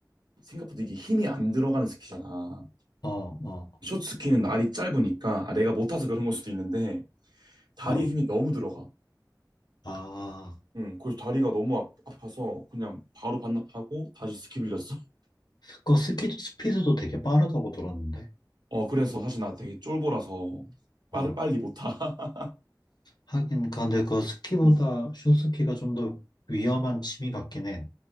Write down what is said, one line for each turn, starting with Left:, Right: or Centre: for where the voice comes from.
Right: 생각보다 이게 힘이 안 들어가는 스키잖아.
Left: 어, 어,
Right: 쇼스키는 날이 짧으니까 아, 내가 못 타서 그런 걸 수도 있는데 다리에
Left: 어.
Right: 힘이 너무 들어가.
Left: 아,
Right: 응, 그래서 다리가 너무 아, 아파서 그냥 바로 반납하고 다시 스키 빌렸어. <laughs>
Left: 그거 스키, 스피드도 되게 빠르다고 들었는데.
Right: 어, 그래서 사실 나 되게 쫄보라서 빨리
Left: 어.
Right: 빨리 못 타. <laughs>
Left: 하긴, 근데 그 스키보다
Right: 응,
Left: 숏스키가 좀 더 위험한 취미 같긴 해.